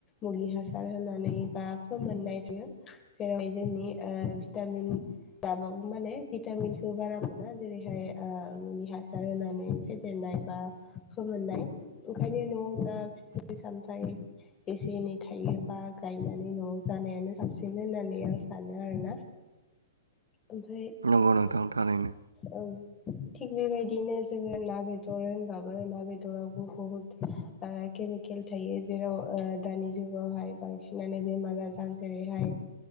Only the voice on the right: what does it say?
औ नोंथां थारैनो।